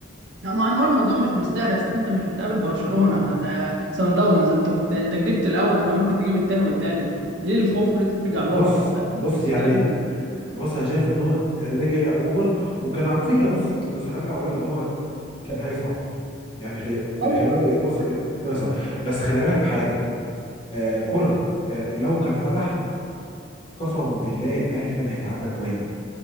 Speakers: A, on the right; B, on the left.
A: لا ما هو الموضوع مش مستاهل اصلك انت مش بتقابل برشلونة ده سان داونز انت كنت انت جبت الاول وكان ممكن تجيب التاني والتالت ليه الخوف وليه ترجع لورا
B: بص بص يعني
A: تتغلب
B: بص انا شايف ان هو رجع اوفر وكان على فكره بص بص انا هرجع اقول لك ان هو كان هيصعد يعني خي... يعني
A: ايوه
B: خلينا بص خ... كان هيصعد بس خلي بالك في حاجه آه كولر آه لو كان فتح قسم بالله الاهلي كان هيتعبى جوان